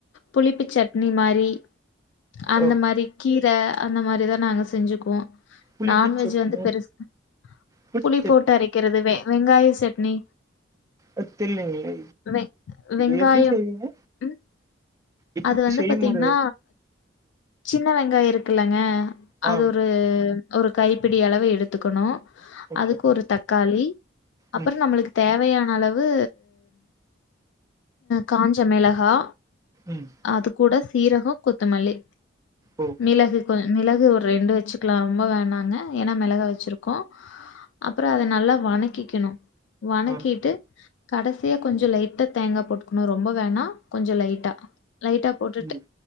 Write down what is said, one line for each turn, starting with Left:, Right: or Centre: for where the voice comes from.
Left: புளிப்பு சட்னி மாரி அந்த
Right: ஓ
Left: மாரி கீர் ட்ட அந்த மாரிதா நாங்க செஞ்சுக்குவோ
Right: புளிப்பு
Left: நான்வெஜ்
Right: சட்னி
Left: வந்து பெருசா
Right: புளிப்பு
Left: புளி போட்டு அரைக்கிறது வே வெங்காயோ சட்னி
Right: அ தெரிலங்கலே
Left: வெ வெங்காயம்
Right: <inaudible> எப்டி செய்வீங்க
Left: ம்
Right: எப்டி
Left: அது வந்து
Right: செய்முறை
Left: பாத்தீங்ன்னா சின்ன வெங் ங்கா இருக்குலங்க அது
Right: ஆ
Left: ஒரு ஒரு கைப்பிடி அளவு எடுத்துக்கணு
Right: ஓகே
Left: அதுக்கு ஒரு தக்காளி அப்றோ
Right: ம்
Left: நம்ளுக்கு தேவையான அளவு காஞ்ச மெளகா
Right: ம்
Left: அது கூட சீரகொ கொத்தமல்லி
Right: ஓ
Left: மிளகு ப்ப மிளகு ஒரு ரெண்டு வெச்சுக்லா ரொம்ப வேணாங்க ஏன்னா மெளகா வெச்சிருக்கோ அப்புறோ அத நல்லா வணக்கிக்கிணு வணக்கிட்டு
Right: ஆ
Left: கடசியா கொஞ்சொ லைட்டா தேங்கா போட்டுக்கணு ரொம்ப வேணா கொஞ்சொ லைட்டா லைட்டா போட்டுட்டு
Right: ம்